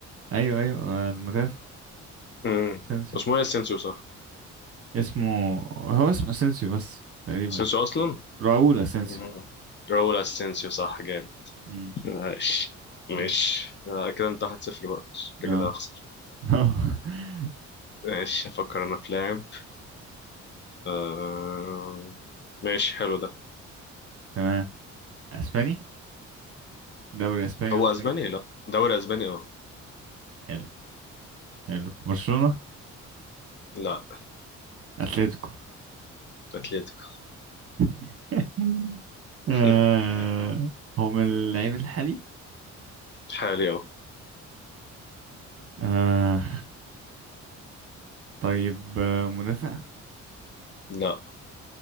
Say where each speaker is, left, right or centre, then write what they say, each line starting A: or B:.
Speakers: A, on the right; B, on the left.
A: ايوه ايوه آه، المدافع
B: امم
A: اسينسيو
B: اسمه ايه اسينسيو صح
A: اسمه هو اسمه اسينسيو بس تقريبا
B: اسينسيو اصلا
A: راؤول اسينسيو
B: مم. راؤول اسينسيو صح جامد
A: امم
B: ماشي ماشي
A: امم.
B: آه، كده انت 1-0 بقى شكلي
A: اه
B: كده هخسر
A: اه. <laughs>
B: ماشي افكر انا في لاعب آه... ماشي حلو ده
A: تمام اسباني دوري اسباني
B: هو
A: قصدي
B: اسباني
A: إيه؟
B: لا دوري اسباني اه
A: حلو حلو برشلونة
B: لا
A: اتلتيكو
B: اتلتيكو
A: <laughs> آه،
B: <laughs>
A: هو من اللعيب الحالي
B: حالي اهو
A: آه، طيب آه، مدافع
B: لا